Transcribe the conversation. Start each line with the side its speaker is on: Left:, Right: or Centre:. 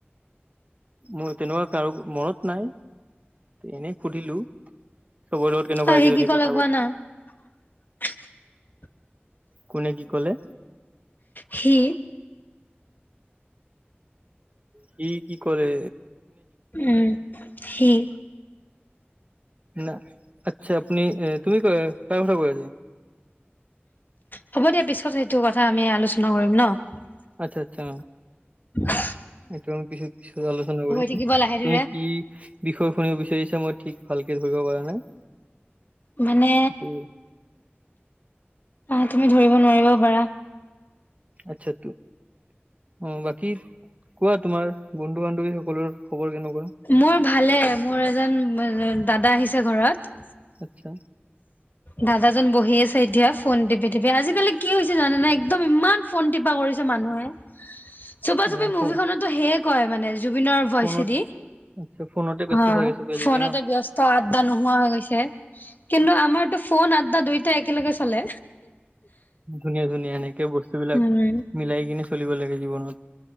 Right: মোৰ তেনেকুৱা কাৰো মনত নাই এনেই সুধিলো চবৰে লগত কেনেকুৱা
Left: অ
Right: আজিকালি
Left: সি কি ক'লে
Right: কথা
Left: কোৱা
Right: পাতো
Left: না <unintelligible>
Right: কোনে কি ক'লে?
Left: সি
Right: সি কি কৰে?
Left: উম সেই
Right: ন আচ্ছা আপুনি তুমি কাৰ কথা কৈ
Left: হ'ব দিয়া পিছত সেইটো কথা আমি আলোচনা কৰিম ন'।
Right: আচ্ছা আচ্ছা
Left: হয় <unintelligible>
Right: এইটো আমি পিছত পিছত আলোচনা কৰিম
Left: থাকিব
Right: তুমি
Left: লাহে ধীৰে
Right: কি বিষয় শুনিব বিচাৰিছ মই ঠিক ভালকে ধৰিব পৰাৰা নাই
Left: মানে
Right: সেইটো
Left: পাত তুমি ধৰিব নোৱাৰিব পাৰা।
Right: আচ্ছা তো অ', বাকী কোৱা তোমাৰ বন্ধু বান্ধৱীসকলৰ খবৰ কেনেকুৱা?
Left: মোৰ ভালে মোৰ এজন দাদা আহিছে ঘৰত।
Right: আচ্ছা
Left: দাদাজন বহি আছে এতিয়া ফোন টিপি টিপি আজিকালি কি হৈছে জানে নাই একদম ইমান ফোন টিপা কৰি মানুহে চুপা চুপি
Right: অ
Left: মুভি
Right: ফ
Left: খনতো সেয়ে কয় মানে। জুবিনৰ ভইচেদি
Right: ফোনত আচ্ছা ফোনতে ব্যস্ত
Left: অ',
Right: চাগে চবে আজিকালি
Left: ফোনতে
Right: ন?
Left: ব্যস্ত আড্ডা নোহোৱা হৈ গৈছে, কিন্তু আমাৰতো ফোন আড্ডা দুইটাই একেলগে চলে।
Right: ধুনীয়া ধুনীয়া এনেকে বস্তুবিলাক
Left: উম
Right: মিলাই কিনে চলিব লাগে জীৱনত।